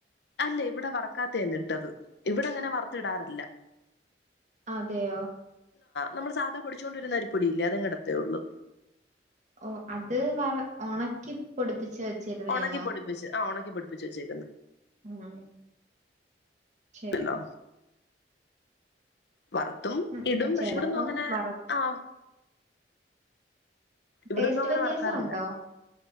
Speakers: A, on the left; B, on the right.
A: അല്ല ഇവിടെ വറക്കാത്തതാ ഇന്ന് ഇട്ടത്. ഇവിടെ അങ്ങനെ വറത്ത് ഇടാറില്ല
B: അതെയോ
A: നമ്മൾ സദാ പൊടിച്ചു കൊണ്ട് വരുന്ന അരിപ്പൊടിയില്ലേ അതങ്ങ് ഇടത്തേയുള്ളൂ
B: ഓ അത് വറ ഒണക്കി പ്പൊടിപ്പിടിച്ച് വെച്ചിരുന്നേ
A: ഉണക്കി
B: ആണോ?
A: പൊടിപ്പിച്ച് ആ ഒ ണക്കിപൊടിപ്പിച്ച് വെച്ചേ
B: ആഹ് ശെരി
A: അല്ലോ വറത്തും
B: ഉം
A: ഇടും പക്ഷെ
B: ചെലപ്പം
A: ഇവിടൊന്നും അങ്ങനെ
B: വറ
A: ആ ഇവിടൊന്നും
B: ടേസ്റ്റ്
A: അങ്ങനെ
B: വ്യത്യാസം
A: വറക്കാറില്ല
B: ഒണ്ടോ